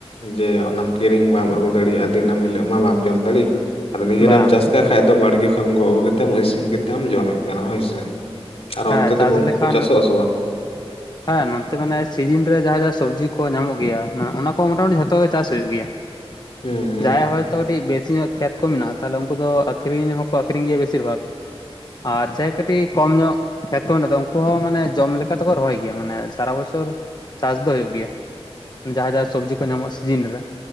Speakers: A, on the left; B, on the left.
A: ᱡᱮ ᱚᱱᱟᱢ ᱠᱤᱨᱤᱧ ᱵᱟᱢ ᱟᱹᱜᱩ ᱫᱟᱲᱤᱭᱟᱜᱼᱟ, ᱫᱤᱱᱟᱹᱢ ᱦᱤᱞᱳᱜ ᱢᱟ ᱵᱟᱢ ᱡᱚᱢ ᱫᱟᱲᱤᱜ᱾ ᱟᱫᱚ ᱱᱤᱡᱮᱨᱮᱢ
B: ᱵᱟᱝ
A: ᱪᱟᱥ ᱞᱮ ᱠᱷᱟᱡ ᱫᱚ ᱵᱟᱲᱜᱮ ᱠᱷᱚᱱ ᱮᱢ ᱜᱚᱜ ᱟᱹᱜᱩ ᱠᱟᱛᱮᱢ ᱤᱥᱤᱱ ᱠᱟᱛᱮᱢ ᱡᱚᱢᱮᱜ ᱠᱟᱱᱟ, ᱦᱳᱭᱥᱮ? ᱟᱨ
B: ᱦᱮᱸ
A: ᱚᱱᱛᱮ
B: ᱪᱟᱥ
A: ᱫᱚ ᱜᱚᱝᱠᱮ
B: ᱞᱮᱠᱷᱟᱱ
A: ᱠᱚ ᱪᱟᱥᱚᱜ ᱟᱥᱮ ᱵᱟᱝ?
B: ᱦᱮᱸ, ᱱᱚᱱᱛᱮ ᱢᱟᱱᱮ ᱥᱤᱡᱤᱱ ᱨᱮ ᱡᱟᱦᱟᱸ ᱡᱟᱦᱟᱸ ᱥᱚᱵᱽᱡᱤ ᱠᱚ ᱧᱟᱢᱚᱜ ᱜᱮᱭᱟ, ᱚᱱᱟ ᱠᱚ ᱢᱚᱴᱟ ᱢᱩᱴᱤ ᱡᱷᱚᱛᱚ ᱜᱮ ᱪᱟᱥ ᱦᱩᱭᱩᱜ ᱜᱮᱭᱟ᱾
A: ᱦᱩᱸ ᱦᱩᱸ
B: ᱡᱟᱦᱟᱭᱟᱜ ᱦᱚᱭᱛᱚ ᱠᱟᱴᱤᱡ ᱵᱮᱥᱤ ᱧᱚᱜ ᱠᱷᱮᱛ ᱠᱚ ᱢᱮᱱᱟᱜᱼᱟ, ᱛᱟᱦᱚᱞᱮ ᱩᱱᱠᱩ ᱫᱚ ᱟᱠᱷᱨᱤᱧ ᱦᱚᱸᱠᱚ ᱟᱠᱷᱨᱤᱧ ᱜᱮᱭᱟ ᱵᱮᱥᱤᱨ ᱵᱷᱟᱜ᱾ ᱟᱨ ᱡᱟᱦᱟᱭ ᱠᱟᱹᱴᱤᱡ ᱠᱚᱢ ᱧᱚᱜ ᱠᱷᱮᱛ ᱠᱚ ᱢᱮᱱᱟᱜᱫᱟ ᱩᱱᱠᱩ ᱦᱚᱸ ᱢᱟᱱᱮ ᱡᱚᱢ ᱞᱮᱠᱟ ᱫᱚᱠᱚ ᱨᱚᱦᱚᱭ ᱜᱮᱭᱟ, ᱢᱟᱱᱮ ᱥᱟᱨᱟ ᱵᱚᱪᱷᱚᱨ ᱪᱟᱥ ᱫᱚ ᱦᱩᱭᱩᱜ ᱜᱮᱭᱟ᱾ ᱡᱟᱦᱟᱸ ᱡᱟᱦᱟᱸ ᱥᱚᱵᱽᱡᱤ ᱠᱚ ᱧᱟᱢᱚᱜᱼᱟ ᱥᱤᱡᱤᱱ ᱨᱮ